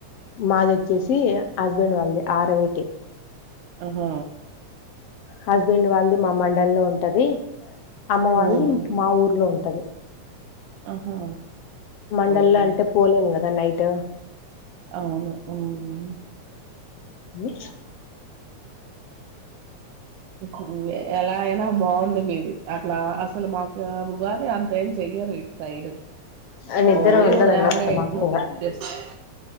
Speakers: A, on the left; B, on the right.
A: మాదోచ్చేసి హస్బెండ్ వాల్దీ ఆరవిటీ
B: అహా
A: హస్బెండ్ వాల్దీ మా మండల్ లో ఉంటది అమ్మ వాళ్ళది
B: ఉమ్
A: మా ఊర్లో ఉంటది
B: ఆహా
A: మండల్లో
B: ఓకే
A: అంటే పోలేము కదా నైట్
B: అవును! ఉహ్
A: <unintelligible>
B: ఇప్పుడు ఎలా అయినా బావుంది మీది. అట్లా అసలు మాకు ఉగాది అంత ఏం చెయ్యరు ఇటు సైడ్
A: ఆయాన్ దగార
B: ఓన్లీ
A: ఉండదన్నమాట.
B: ఉదయాన్నే ఇంట్లో
A: మాకుగా
B: పూజ చేస్తారు